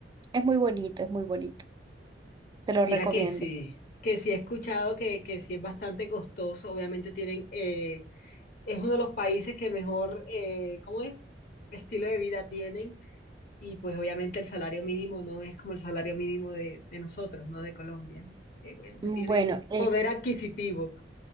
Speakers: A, on the right (about 25°); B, on the left (about 50°).
A: Es muy bonito, es muy bonito. Te lo
B: Mira
A: recomiendo.
B: que sí, que sí he escuchado que, que sí es bastante costoso. Obviamente tienen, eh, es uno de los países que mejor, eh, ¿cómo es? Estilo de vida tienen. Y pues obviamente el salario mínimo no es como el salario mínimo de, de nosotros, ¿no? De Colombia. Eh, obviamente
A: Bueno,
B: tienen
A: eh,
B: poder adquisitivo.